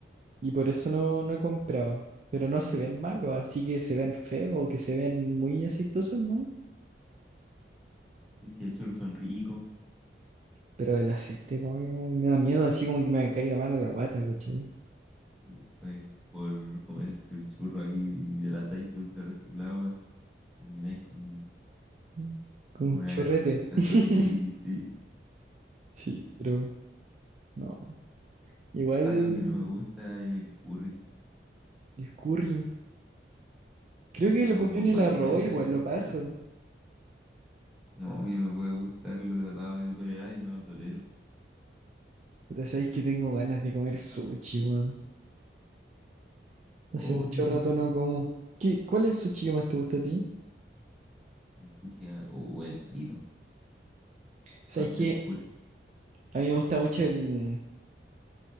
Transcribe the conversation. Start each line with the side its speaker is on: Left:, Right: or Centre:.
Right: Y por eso no, no he comprado. Pero no se ven malos, así que se vean feos o que se vean muy aceitosos, ¿no?
Centre: Es que los churros son ricos
Right: Pero el aceite como que me, me da miedo, así como que me caiga mal a la guata, ¿cachai?
Centre: y después por comerse el churro ahí y del aceite ultra reciclado termináis con
Right: Mm. Con
Centre: con
Right: un
Centre: una
Right: chorrete.
Centre: gast- gastroenteritis
Right: <laughs>
Centre: sí
Right: Sí, pero no. Igual
Centre: algo que no me gusta es el curry
Right: el curry. Creo que
Centre: o,
Right: lo comió en
Centre: o
Right: el
Centre: condimentos
Right: arroz, igual
Centre: de ese estilo.
Right: lo paso.
Centre: No, a mí no me puede gustar, lo he tratado de tolerar y no lo tolero.
Right: Puta, sabéis que tengo ganas de comer sushi, weón. Hace
Centre: Oh,
Right: mucho
Centre: qué rico.
Right: rato no como. ¿Qué, cuál es el sushi que más te gusta a ti?
Centre: El sushi ah, o el frito,
Right: ¿Sabes
Centre: los tempura.
Right: que A mí me gusta mucho el,